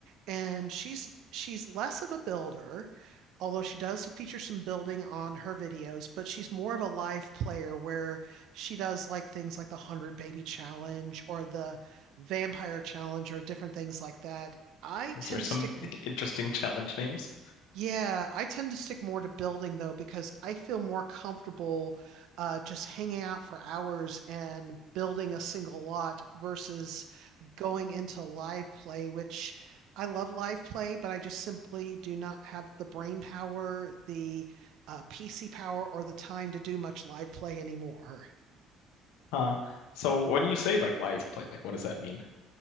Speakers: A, on the right (about 70°); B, on the left (about 80°).
A: And she's she's less of a builder, although she does feature some building on her videos. But she's more of a live player, where she does like things like the Hundred Baby Challenge or the Vampire Challenge or different things like that. I
B: Those
A: tend
B: are some
A: to stick.
B: <laughs> interesting challenge names.
A: Yeah, I tend to stick more to building though because I feel more comfortable uh, just hanging out for hours and building a single lot versus going into live play, which I love live play, but I just simply do not have the brain power, the uh, PC power, or the time to do much live play anymore.
B: Uh, so when you say like live play, like what does that mean?